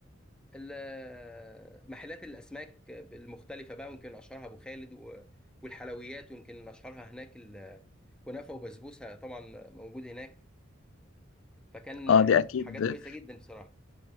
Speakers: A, in the centre; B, on the left.
A: ال- محلات الاسماك المختلفه بقى ويمكن اشهرها ابو خالد و- والحلويات ويمكن اشهرها هناك ال- كنافه وبسبوسه طبعا موجود هناك فكان
B: آه دي أكيد
A: حاجات كويسه جدا بصراحه